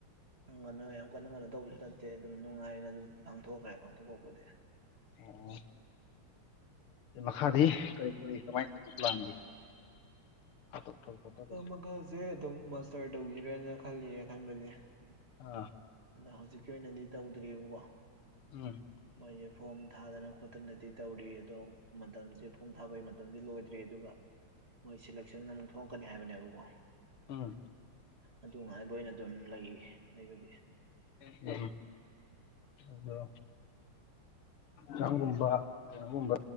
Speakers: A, on the right; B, on the left.
A: ꯀꯅꯣ ꯌꯥꯝ ꯀꯟꯅ ꯀꯩꯅꯣ ꯇꯧꯕꯁꯨ ꯅꯠꯇꯦ ꯑꯗꯨꯝ ꯅꯨꯡꯉꯥꯏꯅ ꯑꯗꯨꯝ ꯄꯥꯡꯊꯣꯛꯈ꯭ꯔꯦ ꯄꯥꯡꯊꯣꯛꯄꯄꯗꯤ
B: ꯑꯣ ꯑ ꯃꯈꯥꯗꯤ ꯀꯔꯤ ꯀꯔꯤ ꯀꯃꯥꯏꯅ ꯇꯧꯁꯤꯦ ꯄ꯭ꯂꯥꯟꯗꯤ ꯍꯥꯠꯇꯣꯛꯊꯕ ꯈꯣꯠꯇꯕꯁꯦ
A: ꯃꯈꯥꯁꯦ ꯑꯗꯨꯝ ꯃꯁꯇꯔ ꯇꯧꯈꯤꯔꯦꯅ ꯈꯜꯂꯤꯌꯦ ꯈꯟꯕꯗꯤ
B: ꯑꯥ
A: ꯑꯗ ꯍꯧꯖꯤꯛꯀꯤ ꯑꯣꯏꯅꯗꯤ ꯇꯧꯗ꯭ꯔꯤꯑꯕꯀꯣ
B: ꯎꯝ
A: ꯃꯣꯏꯁꯦ ꯐꯣꯔꯝ ꯊꯥꯗꯅ ꯈꯣꯠꯇꯅꯗꯤ ꯇꯧꯔꯤ ꯑꯗꯣ ꯃꯇꯝꯁꯦ ꯐꯣꯝ ꯊꯥꯕꯒꯤ ꯃꯇꯝꯗꯤ ꯂꯣꯏꯗ꯭ꯔꯤ ꯑꯗꯨꯒ ꯍꯣꯏ ꯁꯦꯂꯦꯛꯁꯟ ꯑꯃꯨꯛ ꯊꯣꯛꯂꯛꯀꯅꯤ ꯍꯥꯏꯕꯅꯦꯕꯀꯣ
B: ꯎꯝ
A: ꯑꯗꯨ ꯉꯥꯏꯕ ꯑꯣꯏꯅ ꯑꯗꯨꯝ ꯂꯩ ꯂꯩꯕꯗꯤ
B: ꯎꯝ ꯑꯗꯣ ꯀꯥꯡ ꯀꯨꯝꯕ ꯀꯒꯨꯝꯕ